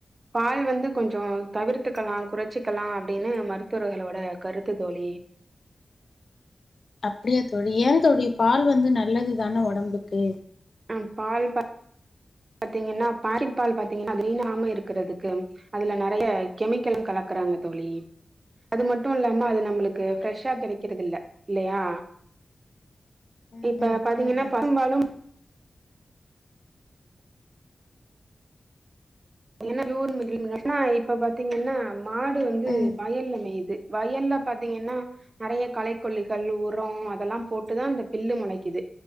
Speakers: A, on the right (about 40°); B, on the left (about 60°).
A: பால் வந்து கொஞ்ஞோ தவிர்த்துக்குளா குறைச்சிக்கிலாம் அப்டின்னு மருத்துவர்களோட கருத்து தோழி
B: அப்டியா தொழி ஏ தோழி பால் வந்து நல்லது தான ஒடம்புக் கே
A: அஹாம் பால் பாத்திங்கன்னா பாயிட் பால் பாத்திங்கன்னா <unintelligible> இருக்குறதுக்கு அதுல நெறைய கெமிக்கலு கலக்குறாங்க தோழி அது மட்டு இல்லாம அது நம்ளுக் க்கு ப்ரெஷ்ஷா கெடைக்கிறதுல்ல இல்லயா
B: ம்
A: இப்ப
B: ம்
A: பாத்தீங்கன்னா
B: ம் ம்
A: பசும்பாலும் <unintelligible> இப்ப பாத்திங்கன்னா மாடு வந்து
B: ம்
A: வயல்ல மெய்யிது வயல்ல பாத்திங்கன்னா நெறைய களை கொல்லிகள் உரொ அதெல்லா போட்டுதா அந்த பில்லு மொளைக்கிது